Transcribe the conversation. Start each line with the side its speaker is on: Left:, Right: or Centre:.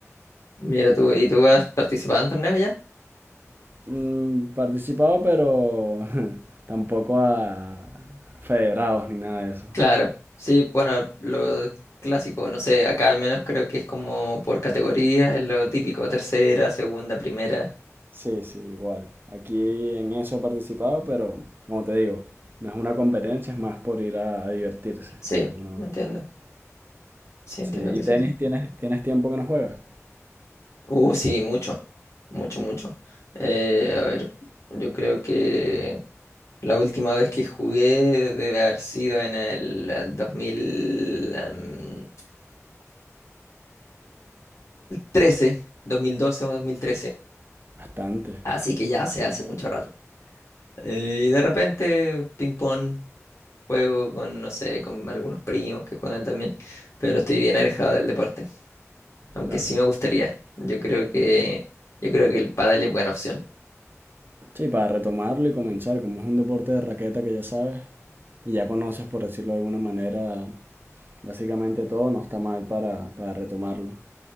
Left: Mira tú, ¿y tú has participado en torneos ya?
Right: Mm, participado, pero <laughs> tampoco a federados ni nada de eso.
Left: Claro, sí, bueno, lo clásico, no sé, acá al menos creo que es como por categorías, es lo típico, tercera, segunda, primera.
Right: Sí, sí, igual. Aquí en eso he participado, pero como te digo, no es una competencia, es más por ir a, a divertirse
Left: Sí,
Right: de alguna manera.
Left: me entiendo. Sí, entiendo
Right: Sí, ¿y
Left: que
Right: tenis
Left: sea así.
Right: tienes, tienes tiempo que no juegas?
Left: Uh, sí, mucho, mucho, mucho. Eh, a ver, yo creo que la última vez que jugué debe haber sido en el eh, dos mil trece, dos mil doce o 2013.
Right: Bastante,
Left: Así que ya se hace mucho rato. Eh, y de repente, ping-pong, juego con, no sé, con algunos primos que juegan también, pero estoy bien alejado del deporte, aunque
Right: claro.
Left: sí me gustaría. Yo creo que, yo creo que el pádel es buena opción.
Right: Sí, para retomarlo y comenzar, como es un deporte de raqueta que ya sabes y ya conoces, por decirlo de alguna manera, básicamente todo, no está mal para, para retomarlo.